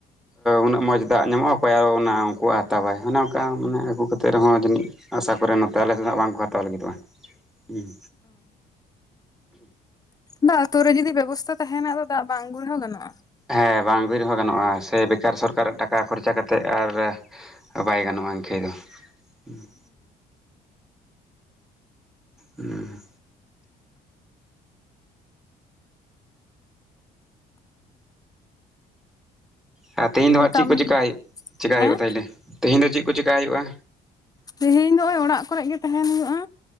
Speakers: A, in the centre; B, on the left.
A: ᱩᱱᱟᱹᱜ ᱢᱚᱸᱡᱽ ᱫᱟᱜ ᱧᱟᱢᱚᱜᱼᱟ ᱚᱠᱚᱭ ᱟᱨᱚ ᱚᱱᱟ ᱩᱱᱠᱩᱣᱟᱜ ᱦᱟᱛᱟᱣ ᱟᱭ ᱚᱱᱮ ᱚᱱᱠᱟ ᱢᱟᱱᱮ ᱟᱹᱜᱩ ᱠᱟᱛᱮᱜ ᱨᱮᱦᱚᱸ ᱡᱟᱹᱱᱤᱡ ᱟᱥᱟ ᱠᱚᱨᱮ ᱱᱚᱛᱮ ᱟᱞᱮ ᱥᱮᱫ ᱫᱚ ᱦᱟᱸᱜ ᱵᱟᱝᱠᱚ ᱦᱟᱛᱟᱣ ᱞᱟᱹᱜᱤᱫᱚᱜᱼᱟ᱾ ᱦᱩᱸ,
B: ᱫᱟᱜ ᱟᱛᱩ ᱨᱮᱜᱮ ᱡᱩᱫᱤ ᱵᱮᱵᱚᱥᱛᱟ ᱛᱟᱦᱮᱸᱱᱟ, ᱟᱫᱚ ᱫᱟᱜ ᱵᱟᱝ ᱟᱜᱩ ᱨᱮ ᱦᱚᱸ ᱜᱟᱱᱚᱜᱼᱟ᱾
A: ᱦᱮᱸ ᱵᱟᱝ ᱟᱜᱩ ᱨᱮᱦᱚᱸ ᱜᱟᱱᱚᱜᱼᱟ ᱥᱮ ᱵᱮᱠᱟᱨ ᱥᱚᱨᱠᱟᱨᱟᱜ ᱴᱟᱠᱟ ᱠᱷᱚᱨᱪᱟ ᱠᱟᱛᱮᱫ ᱟᱨ ᱵᱟᱭ ᱜᱟᱱᱚᱜᱼᱟ ᱤᱱᱠᱷᱟᱹᱭ ᱫᱚ᱾ ᱦᱩᱸ, <inaudible> ᱦᱩᱸ᱾ ᱟᱨ ᱛᱮᱦᱮᱧ ᱫᱚ ᱦᱟᱸᱜ ᱪᱮᱫ
B: ᱠᱟᱢ
A: ᱠᱚ ᱪᱮᱠᱟ ᱦᱩᱭᱩᱜ ᱪᱮᱠᱟᱭ
B: ᱦᱮᱸ
A: ᱦᱩᱭᱩᱜᱼᱟ ᱛᱟᱦᱚᱞᱮ, ᱛᱮᱦᱮᱧ ᱫᱚ ᱪᱮᱫ ᱠᱚ ᱪᱮᱠᱟᱭ ᱦᱩᱭᱩᱜᱼᱟ?
B: ᱛᱮᱦᱮᱧ ᱫᱚ ᱱᱚᱜᱼᱚᱭ ᱚᱲᱟᱜ ᱠᱚᱨᱮᱜ ᱜᱮ ᱛᱟᱦᱮᱸᱱ ᱦᱩᱭᱩᱜᱼᱟ᱾